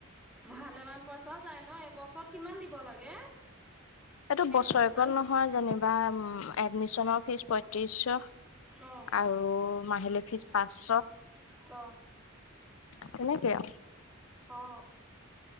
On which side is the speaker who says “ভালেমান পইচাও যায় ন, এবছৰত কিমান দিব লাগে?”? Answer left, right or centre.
Centre